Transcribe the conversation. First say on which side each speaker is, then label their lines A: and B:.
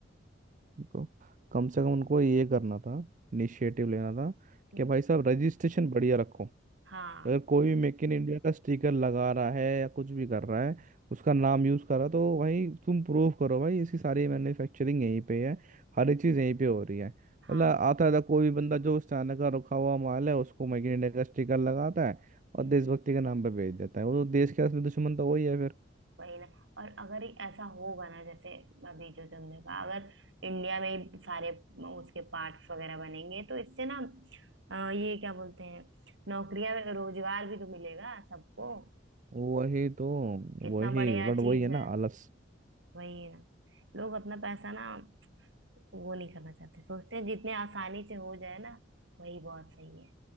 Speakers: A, on the right (about 45°); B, on the right (about 75°).
A: उनको कम से कम उनको ये करना था इनिशिएटिव लेना था
B: हम्म
A: कि भाई साहब रजिस्ट्रेशन बढ़िया रखो
B: हाँ
A: अगर कोई भी मेक इन इंडिया का स्टिकर लगा रहा है या कुछ भी कर रहा है उसका नाम यूज कर रहा है तो भाई तुम प्रूव करो भाई इसकी सारी मैन्युफैक्चरिंग यहीं पे है हर एक चीज यहीं पे हो रही है
B: हाँ
A: मतलब आता था कोई भी बंदा जो उस चाइना का रखा हुआ माल है उसको मेक इन इंडिया का स्टिकर लगाता है
B: हम्म
A: और देशभक्ति के नाम पे बेच देता है वो तो देश का असली दुश्मन तो वही है फिर
B: वही ना और अगर ये ऐसा होगा ना जैसे अभी जो तुमने कहा अगर इंडिया में ही सारे उसके पार्ट्स वगैरह बनेंगे तो इससे ना अ, ये क्या बोलते हैं नौकरियां में रोजगार भी तो मिलेगा सबको
A: वही तो
B: कितना
A: वही
B: बढ़िया
A: बट
B: हम्म चीज
A: वही है ना
B: है
A: आलस
B: वही ना लोग अपना पैसा ना वो नहीं करना चाहते सोचते हैं जितने आसानी से हो जाए ना वही बहुत सही है